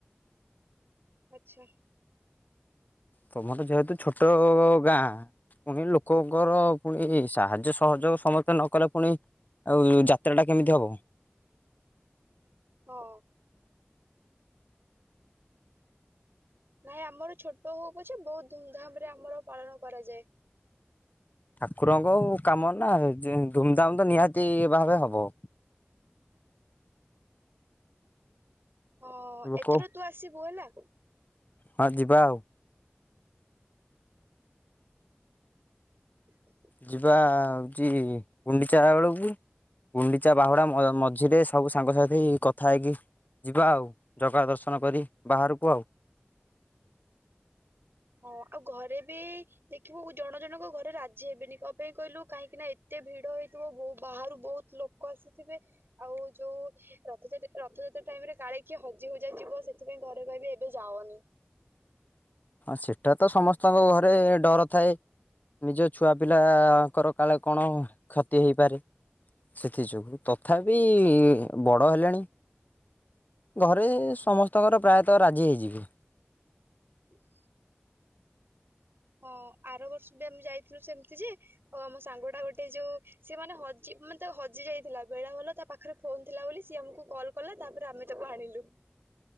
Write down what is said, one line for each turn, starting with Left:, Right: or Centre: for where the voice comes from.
Right: ଆଚ୍ଛା।
Left: ତୋମର ଯେହେତୁ ଛୋଟ ଗାଁ ପୁଣି ଲୋକଙ୍କର ପୁଣି ସାହାଯ୍ୟ ସହଯୋଗ ସମସ୍ତେ ନ କଲେ ପୁଣି ଆଉ ଯାତ୍ରା ଟା କେମିତି ହବ।
Right: ହଁ। ନାଇଁ ଆମର ଛୋଟ ହୋଉ ପ ଛେ ବହୁତ ଧୁମଧାମ୍ ରେ ଆମର ପାଳନ କରାଯାଏ।
Left: ଠାକୁରଙ୍କ କାମ ନା ଯେ ଧୁମଧାମ୍ ତ ନିହାତି ଭାବେ ହବ।
Right: ହଁ
Left: ଲୋକ
Right: ଏଥର ତୁ ଆସିବୁ ହେଲା।
Left: ହଁ ଯିବା ଆଉ।
Right: <inaudible>
Left: ଯିବା ହଉଚି ଗୁଣ୍ଡିଚା ବେଳକୁ ଗୁଣ୍ଡିଚା ବାହୁଡା ମଝିରେ ସବୁ ସାଙ୍ଗସାଥି କଥା ହେଇକି ଯିବା ଆଉ ଜଗା ଦର୍ଶନ କରି ବାହାରକୁ ଆଉ।
Right: ହଁ ଆଉ ଘରେ ବି ଦେଖିବୁ ଜଣ ଜଣଙ୍କ ଘରେ ରା ଜି ହେବେନି କଅ ପାଇ କଇଲୁ କାହିଁକି ନା ଏତେ ଭିଡ ହେଇଥିବ ବୋ ବାହାରୁ ବହୁତ ଲୋକ ଆସିଥିବେ ଆଉ ଯୋଉ ରଥଯାତା ରଥଯାତ୍ରା ଟାଇମ୍ ରେ କାଳେ କିଏ ହଜି ହୁଜା ଯିବ ସେଥିପାଇଁ ଘରେ କହିବେ ଏବେ ଯାଅନି।
Left: ସେଇଟା ତ ସମସ୍ତଙ୍କ ଘରେ ଡର ଥାଏ ନିଜ ଛୁଆ ପିଲାଙ୍କର କାଳେ କଣ କ୍ଷତି ହେଇପାରେ ସେଥିଯୋଗୁ ତଥାପି ବଡ଼ ହେଲେଣି। ଘରେ ସମସ୍ତଙ୍କର ପ୍ରାୟ ତ ରାଜି ହେଇଯିବେ।
Right: ହୁଁ <inaudible> ହଁ। ଆର ବର୍ଷ ବି ଆମେ ଯାଇଥିଲୁ ସେମିତି ଯେ। ଓ ମୋ ସାଙ୍ଗ ଟା ଗୋଟେ ଯୋଉ ସିଏ ମାନେ ହଜି ମାନେ ତା ହଜି ଯାଇଥିଲା ବେଳା ଭଲ ତା ପାଖରେ ଫୋନ ଥିଲା ବୋଲି ସିଏ ଆମକୁ କଲ୍ କଲା ତାପରେ ଆମେ ତାକୁ ଆଣିଲୁ।